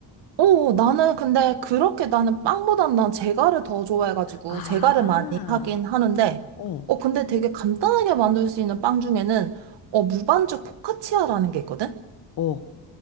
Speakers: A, on the right; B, on the left.
A: 어, 어, 나는 근데 그렇게 나는 빵보단 난 제가를 더 좋아해가지고
B: 아,
A: 제가를 많이 하긴 하는데,
B: 어,
A: 어, 근데 되게 간단하게 만들 수 있는 빵 중에는, 어, 무반죽 포카치아라는 게 있거든?
B: 어,